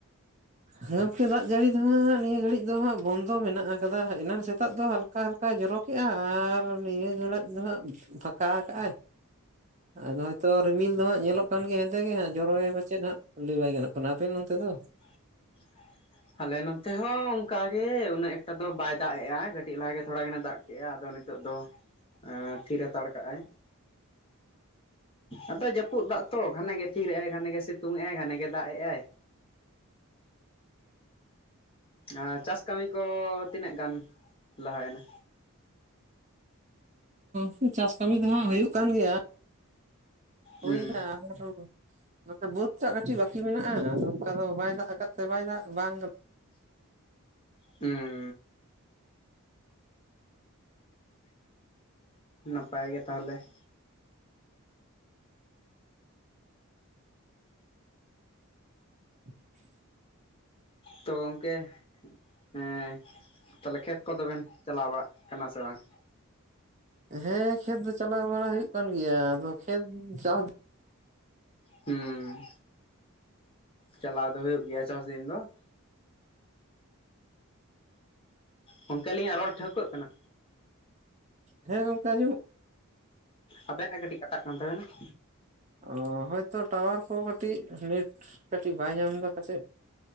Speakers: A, on the right; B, on the left.
A: ᱦᱮᱸ ᱜᱚᱝᱠᱮ ᱫᱟᱜ ᱡᱟᱹᱲᱤᱼᱼ ᱦᱟᱸᱜ ᱱᱤᱭᱟᱹ ᱜᱷᱟᱹᱲᱤᱡ ᱫᱚ ᱦᱟᱸᱜ ᱵᱚᱱᱫᱚ ᱢᱮᱱᱟᱜ ᱟᱠᱟᱫᱟ, ᱮᱱᱟᱱ ᱥᱮᱛᱟᱜ ᱫᱚ ᱦᱟᱞᱠᱟ ᱦᱟᱞᱠᱟᱭ ᱡᱚᱨᱚᱼᱼ ᱠᱮᱜᱼᱟ᱾ ᱟᱨ ᱱᱤᱭᱟᱹ ᱜᱷᱟᱹᱲᱟᱡ ᱫᱚ ᱦᱟᱸᱜ ᱯᱷᱟᱠᱟ ᱠᱟᱜᱼᱟᱭ ᱾ ᱟᱫᱚ ᱦᱭᱳᱼᱼ ᱛᱚ ᱨᱤᱢᱤᱞ ᱫᱚ ᱦᱟᱸᱜ ᱧᱮᱞᱚᱜ ᱠᱟᱱ ᱜᱮᱭᱟ ᱦᱮᱸᱫᱮ ᱜᱮ ᱦᱟᱸᱜ, ᱡᱚᱨᱚ ᱭᱟᱭ ᱯᱟᱪᱮᱫ ᱦᱟᱸᱜ ᱞᱟᱹᱭ ᱵᱟᱭ ᱜᱟᱱᱚᱜ ᱠᱟᱱᱟ ᱾ ᱟᱯᱮ ᱱᱚᱱᱛᱮ ᱫᱚ?
B: <inaudible> ᱟᱞᱮ ᱱᱚᱱᱛᱮ ᱦᱚᱸ ᱚᱝᱠᱟᱜ ᱜᱮ ᱩᱱᱟᱹᱜ ᱮᱠᱴᱟ ᱫᱚ ᱵᱟᱭ ᱫᱟᱜ ᱮᱜᱼᱟᱭ ᱾ ᱠᱟᱹᱴᱤᱡ ᱞᱟᱦᱟ ᱜᱮ ᱛᱷᱚᱲᱟ ᱜᱟᱱᱮ ᱫᱟᱜᱼᱼ ᱠᱮᱜᱼᱟ, ᱟᱫᱚ ᱱᱤᱛᱚᱜ ᱫᱚ ᱛᱷᱤᱨ ᱦᱟᱛᱟᱲ ᱠᱟᱜᱼ ᱟᱭ ᱾ ᱟᱫᱚ ᱡᱟᱹᱯᱩᱫ ᱫᱟᱜ ᱛᱚ ᱜᱷᱟᱱᱮ ᱜᱮ ᱛᱷᱤᱨᱮᱜᱼᱟᱭ ᱜᱷᱟᱱᱮ ᱜᱮ ᱥᱤᱛᱩᱝ ᱮᱜᱼ ᱟᱭ ᱜᱷᱟᱱᱮ ᱜᱮ ᱫᱟᱜ ᱮᱜᱼ ᱟᱭ ᱾ ᱟᱨ ᱪᱟᱥ ᱠᱟᱹᱢᱤ ᱠᱚ ᱛᱤᱱᱟᱹᱜ ᱜᱟᱱ ᱞᱟᱦᱟ ᱭᱮᱱᱟ?
A: ᱦᱩᱸ ᱪᱟᱥ ᱠᱟᱹᱢᱤ ᱫᱚ ᱦᱟᱸᱜ ᱦᱩᱭᱩᱜ ᱠᱟᱱ ᱜᱮᱭᱟ ᱾
B: ᱦᱩᱸ
A: <unintelligible> ᱱᱚᱛᱮ ᱵᱟᱹᱫᱽ ᱥᱮᱡ ᱠᱟᱹᱴᱤᱡ ᱵᱟᱠᱤ ᱢᱮᱱᱟᱜᱼᱟ ᱟᱫᱚ ᱚᱱᱠᱟ ᱫᱚ ᱵᱟᱭ ᱫᱟᱜ ᱟᱠᱟᱫ ᱛᱮ ᱵᱟᱭ ᱫᱟᱜ ᱵᱟᱝᱼᱼ
B: ᱦᱩᱸ ᱱᱟᱯᱟᱭ ᱜᱮ ᱛᱟᱦᱚᱞᱮ ᱾
A: <inaudible>
B: ᱛᱚ ᱜᱚᱝᱠᱮ ᱮᱸ ᱛᱟᱦᱞᱮ ᱠᱷᱮᱛ ᱠᱚᱫᱚ ᱵᱮᱱ ᱪᱟᱞᱟᱣ ᱵᱟᱲᱟᱜ ᱠᱟᱱᱟ ᱥᱮ ᱵᱟᱝ?
A: ᱦᱮᱸ ᱠᱷᱮᱛ ᱫᱚ ᱪᱟᱞᱟᱣ ᱵᱟᱲᱟ ᱦᱩᱭᱩᱜ ᱠᱟᱱ ᱜᱮᱭᱟ ᱾ ᱟᱫᱚ ᱠᱷᱮᱛ ᱪᱟᱥᱼᱼ
B: ᱦᱩᱸ᱾ ᱪᱟᱞᱟᱣ ᱫᱚ ᱦᱩᱭᱩᱜ ᱜᱮᱭᱟ ᱪᱟᱥ ᱫᱤᱱ ᱫᱚ ᱾ ᱜᱚᱝᱠᱮ ᱟᱹᱞᱤᱧᱟᱜ ᱨᱚᱲ ᱴᱷᱟᱹᱣᱠᱟᱹᱜ ᱠᱟᱱᱟ?
A: ᱦᱮᱸ ᱜᱚᱝᱠᱮ ᱟᱸᱡᱚᱢᱚᱜᱼᱼ
B: ᱟᱵᱮᱱᱟᱜ ᱠᱟᱹᱴᱤᱡ ᱠᱟᱴᱟᱜ ᱠᱟᱱ ᱛᱟᱵᱮᱱᱟ ᱾
A: ᱚ ᱦᱳᱭᱛᱚ ᱴᱟᱣᱟᱨ ᱠᱚ ᱠᱟᱹᱴᱤᱡ ᱱᱮᱴ ᱠᱟᱹᱴᱤᱡ ᱵᱟᱭ ᱧᱟᱢ ᱮᱫᱟ ᱯᱟᱪᱮᱫ ᱾